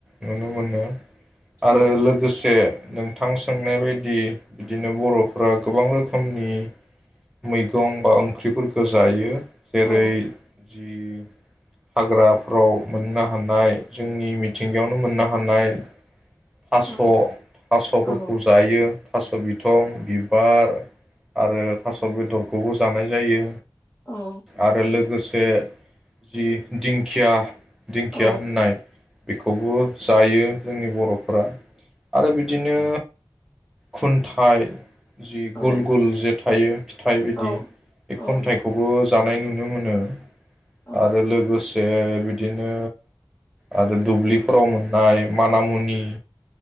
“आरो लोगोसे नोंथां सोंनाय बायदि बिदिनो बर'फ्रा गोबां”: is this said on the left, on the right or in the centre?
Centre